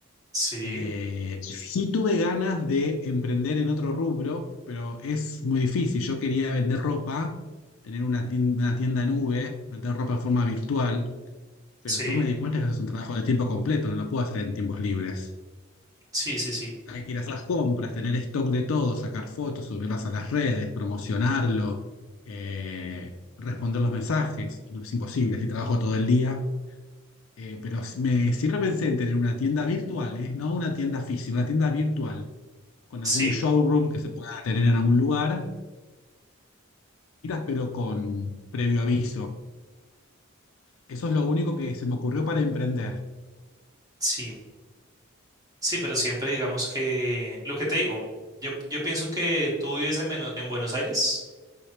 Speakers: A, on the right (about 15°); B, on the left (about 70°).
A: Sí,
B: Eh, sí tuve ganas de emprender en otro rubro, pero es muy difícil. Yo quería vender ropa, tener una tienda, una tienda nube, vender ropa en forma virtual, pero
A: sí,
B: después me di cuenta que eso es un trabajo de tiempo completo, no lo puedo hacer en tiempos libres.
A: sí, sí, sí,
B: Hay que ir a hacer las compras, tener stock de todo, sacar fotos, subirlas a las redes, promocionarlo, eh, responder los mensajes. No es imposible, si trabajo todo el día. Eh, pero me, siempre pensé en tener una tienda virtual, ¿eh? No una tienda física, una tienda virtual, con
A: sí,
B: algún showroom que se pueda tener en algún lugar, pero con previo aviso. Eso es lo único que se me ocurrió para emprender.
A: sí. Sí, pero siempre digamos que lo que te digo, yo, yo pienso que tú vives en, Beno- en Buenos Aires.